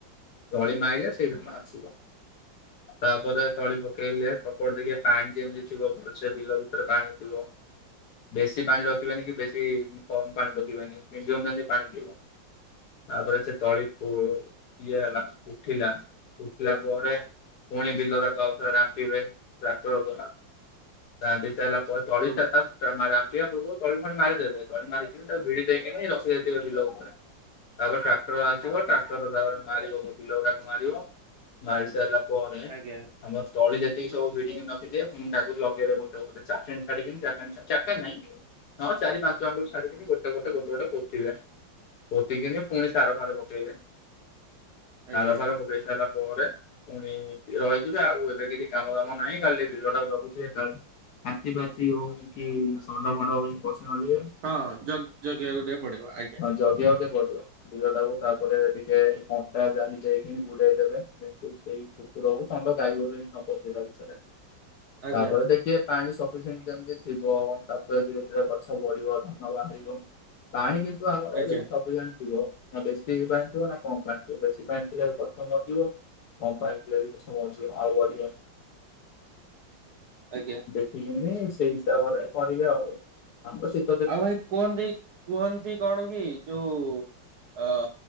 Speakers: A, on the left (about 65°); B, on the right (about 60°).
A: ଜଳି ମାଇଲେ ସେଇଟି ଥା ଆସିବ। ତାପରେ ତଳି ପକେଇଲେ ସପଟ ଦେଖି ପାଣି ଯେମିତି ଥିବ ଭଲ ସେ ବିଲ ଭିତରେ ପାଣି ଥିବ। ବେଶୀ ପାଣି ରଖିବାନି କି ବେଶୀ କମ ପାଣି ରଖିବାନି। ମିଡିୟ ଯେମିତି ପାଣିଥିବ। ତାପରେ ସେ ତଳିକୁ କିଏ ହେଲା ଉଠିଲା। ଉଠିଲା ପରେ। ପୁଣି ବିଲ ତାକୁ ଆଉଥିଲା ରାମ୍ପିବେ। ଚାଷ ହବ ପା। ଦାଣ୍ଡି ସାଇଲା ପରେ ତଳି
B: ହୁଁ
A: ସା ପଟ <unintelligible> ତା ମାଆ ଜାଣିଥିବ ପୂର୍ଵ ରୁ ତଳି ଫଳି ମାରିଦେବେ। ତଳି ମାରିକି ତାକୁ ଭିଡି ଦେଇକିନି ରଖି ଦେଇଥିବେ ବିଲ ଉପରେ। ତାପରେ ଟ୍ରାକ୍ଟର ଆସିବ ଟ୍ରାକ୍ଟର ତାପରେ ମାରିବ ବିଲ ଗୁଡାକୁ ମାରିବ। ମାରି ସାଇଲା ପରେ।
B: ଆଜ୍ଞା
A: ଆମ ତଳି ଯେତିକି ସବୁ ବିଡିଗି ରଖିଥିବେ ପୁଣି ଟାକୁ ଲଗେଇବେ ଗୋଟେ ଗୋଟ। ଚାଖେଡେ ଛାଡିକି ନି ଚାଖେଡେ ନାଇଁ। ହଁ ଚାରି ପାଞ୍ଚାଆଙ୍ଗୁ ଛାଡ଼ିକି ଗଟେ ଗୋଟେ ଗଟେ ପୋ ତିବେ। ପୋତିକିନି ପୁଣି ସାର ଫାର ପକେଇବେ।
B: ଆଜ୍ଞା
A: ସାର ଫାର ପକେଇ ସାରି ପରେ ପୁଣି ରହିଯିବେ ଆଉ ଏବେ କିଛି କାମ ଦାମ ନାହିଁ କାଲି ବିଲଟା କୁ ଜଗୁଥିବେ କାଳେ ହାତୀ ପାତି ହଉ କି ଷଣ୍ଡ ଫଣ୍ଡ ହଉ ପସି ନ ଯିବେ।
B: ହଁ। ଜଗ ଜଗିବା କୁ ଟିକେ ପଡିବ ଆଜ୍ଞା।
A: ଜଗିଆ ବାକୁ ଟିକେ ପଡିବ। ବିଲ ଟାକୁ ତାପରେ ଟିକେ କଣ୍ଟା ଜାଲି ଦେଇକି ଗୁଡେଇ ଦେବେ। ସେଇ କୁକୁର ହଉ ଷଣ୍ଡ ଗାଈ ଗୋରୁ ଯେମିତି ନ ପଶିବେ ଭିତରେ।
B: ଆଜ୍ଞା
A: ତାପରେ ଦେଖିବେ। ପାଣି ସଫିସେଣ୍ଟ କେମିତି ଥିବ। ତାପରେ ଧୀରେ ଧୀରେ ଗଛ ବଢିବ ଧାନ ବାହାରିବ। ପାଣି କିନ୍ତୁ ଆମର
B: ଆଜ୍ଞା
A: ଯଦି ସବୁ ଜାଣିଥିବ ନା ବେଶୀ ପାଣିଥିବ ନା କମପାଣି ଥିବ ବେଶୀ ପାଣି ଥିଲେ ଗଛ ମରିଯିବ। ଯଦି କମ ପାଣି ଥିଲେ ବି ଗଛ ମରିଯିବ ଆଉ ବଢିବନି।
B: ଆଜ୍ଞା।
A: ଦେଖିକିନି ସେଇ ହିସାବରେ କରିବେ ଆଉ। ଆମର ସେଇ
B: ଆଉ ଭାଇ କୁହନ୍ତି କୁହନ୍ତି କଣ କି ଯୋଉ? ଅ